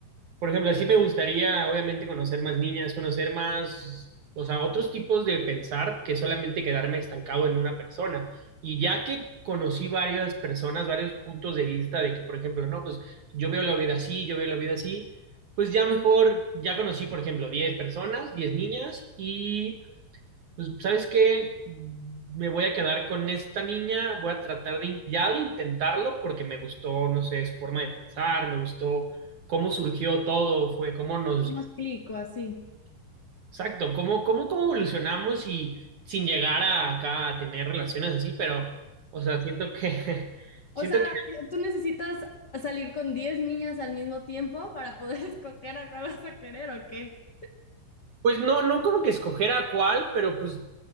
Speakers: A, on the right (about 60°); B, on the left (about 40°).
A: por ejemplo, así me gustaría, obviamente, conocer más niñas, conocer más, o sea, otros tipos de pensar que solamente quedarme estancado en una persona. Y ya que conocí varias personas, varios puntos de vista de que, por ejemplo, no, pues yo veo la vida así, yo veo la vida así, pues ya mejor, ya conocí, por ejemplo, 10 personas, 10 niñas, y pues, ¿sabes qué? Me voy a quedar con esta niña, voy a tratar de in- ya de intentarlo porque me gustó, no sé, su forma de pensar, me gustó cómo surgió todo, fue cómo nos,
B: Me explico así.
A: exacto, cómo, cómo, cómo evolucionamos y sin llegar a acá a tener relaciones así, pero, o sea, siento que, <laughs>
B: O
A: siento
B: sea,
A: que
B: si tú necesitas salir con 10 niñas al mismo tiempo para poder <laughs> escoger a cuál vas a querer o qué.
A: Pues no, no como que escoger a cuál, pero pues,